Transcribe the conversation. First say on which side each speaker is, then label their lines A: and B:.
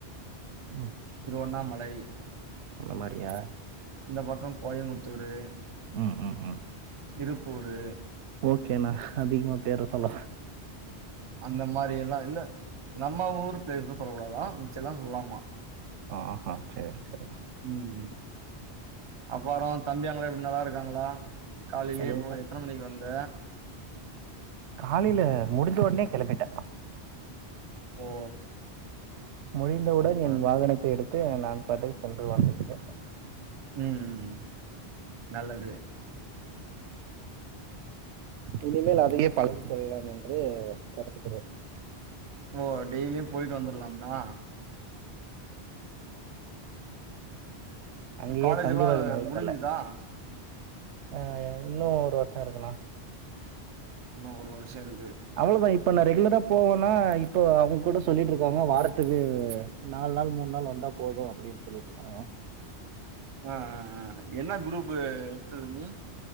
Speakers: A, on the right; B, on the right.
A: ம்
B: திருவண்ணாமலை
A: அந்த மாரியா
B: இந்த பக்கோ கோயமுத்தூரு
A: ம் ம் ம்
B: திருப்பூரு
A: ஓகேணா அதிகமா பேர சொல்லாத
B: அந்த மாரி எல்லா இல்ல நம்ம ஊர் பிளேஸ் தா சொல்லக் கூடாதா மிச்செல்லா சொல்லாமா
A: ஆஹா சேரி சேரி ணா
B: ம் அப்பறோ தம்பி அங்கலா எப்டி நல்லாருக் கிறாங்ளா காலையிலேயே
A: எல்லாம்
B: இப்போ எத்தன மணிக்கு வந்த
A: காலையில முடிஞ்ச ஒட்னே கெளம்பிட்ட
B: ஓ
A: முழிந்தவுடன்
B: சூப்பர்
A: என் வாகனத்தை எடுத் து அது நான் பாட்டுக்கு சென்று வந்திருக்கே
B: ம் ம் நல்லது
A: இனிமேல் அதையே பழகி கொள்ளலா என்று வருந்துகிறே
B: ஓ டெய்லியு போய்ட்டு வந்துரலாம்னா
A: அங்கேயே
B: காலேஜ்
A: தங்குவது
B: எல்லா
A: நல்லதில்ல
B: முடிஞ்சுதா
A: அ இன்னு ஒரு வருஷோ இருக்கு னா
B: இன்னோ ஒரு வருஷோ இருக்கு
A: அவ்ளதா இப்ப நா ரெகுலரா போவன்னா இப்போ அவுங்க கூட சொல்லிட்டு ருக்காங்க வாரத்துக்கு நால் நாள் மூண் நாள் வந்தா போது அப்டின் சொல்லிட்ருக்காங்க
B: ஆ ஆ ஆ என்னா குரூப் எட்த்துது நீ